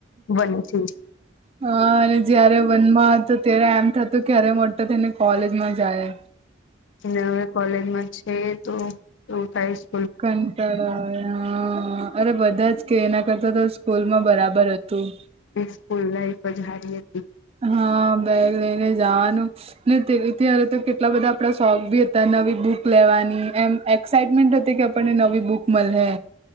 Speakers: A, on the left; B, on the right.
A: વનથી
B: હા અને જયારે વનમાં હતુ ત્યારે એમ થતું ક્યારે મોટ થઈને કોલેજમાં જાય
A: અને હવે કોલેજમાં છે તો એવુ થાઈસે
B: કંટાળા હ અરે બધા જ કે એના કરતા તો સ્કૂલમાં બરાબર હતું.
A: બચપન લાઈફ જ હારી હતી
B: હા બેગ લઈને જાવાનું ને ત્યારે તો કેટલા બધા આપડા શોખ બી હતા નવી બુક લેવાની એમ એક્સાાઈટમેન્ટ હતી કે આપણને નવી બુક મળે